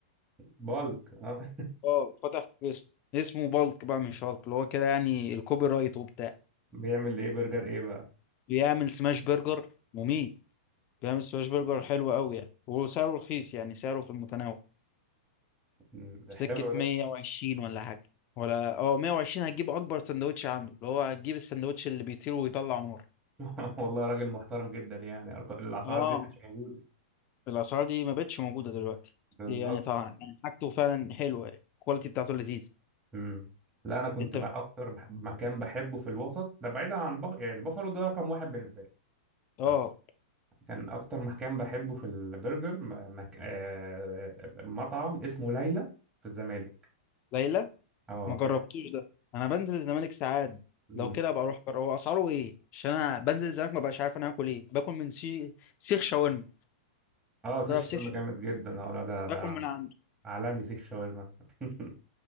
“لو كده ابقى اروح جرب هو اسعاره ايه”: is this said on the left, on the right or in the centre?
Left